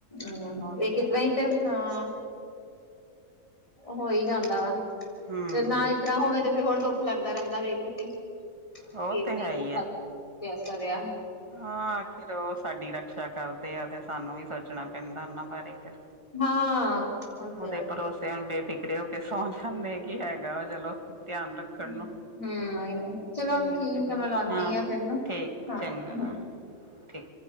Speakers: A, on the left (about 25°); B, on the right (about 20°).
A: ਹੂੰ,
B: ਉਹੀ
A: ਵੇਖਕੇ
B: ਹੈ
A: ਤਰ੍ਹਾ ਈ। <unintelligible> 'ਤੇ ਹਾਂ, ਹੋ ਈ ਜਾਂਦਾ ਵਾ।
B: ਹਮ
A: ਤੇ ਨਾ, ਇਸ ਤਰਾਂ ਹੋਵੇ 'ਤੇ ਫੇਰ ਹੋਰ ਦੁੱਖ ਲੱਗਦਾ ਰੈਂਦਾ, ਵੇਖ ਕੇ। ਕੇ
B: ਉਹ
A: ਇਤਨਾ
B: ਤੇ ਹੈ
A: ਈ
B: ਹੀ
A: ਭੁੱਖਾ-ਪਿਆਸਾ
B: ਹੈ
A: ਰੇਆ।
B: ਹਾਂ, ਆਖਿਰ ਓ ਸਾਡੀ ਰਕਸ਼ਾ ਕਰਦੇ ਆ, ਤੇ ਸਾਨੂੰ ਵੀ ਸੋਚਨਾ ਪੈਂਦਾ ਓਨਾਂ ਬਾਰੇ ਫੇਰ
A: ਹਾਂ ਉਹ ਤੇ
B: ਓਦੇ
A: ਆ
B: ਭਰੋਸੇ ਹੁਨ ਬੇਫਿਕਰੇ ਹੋ ਕੇ ਸੌਂ ਜਾਂਦੇ ਕੀ ਹੈਗਾ ਵਾ, ਚਲੋ ਧੇਆਨ ਰੱਖਣ
A: ਹੂੰ
B: ਨੂੰ
A: ਚਲੋ
B: ਨਈ
A: ਠੀਕ
B: ਤੇ ਫਿਰ,
A: ਹੈ ਮੈਂ ਲਾਉਦੀ
B: ਹਾਂ
A: ਆ ਫਿਰ ਨਾ
B: ਠੀਕ।
A: ਹਾਂ,
B: ਚੰਗਾ
A: ਹੂੰ
B: ਠੀਕ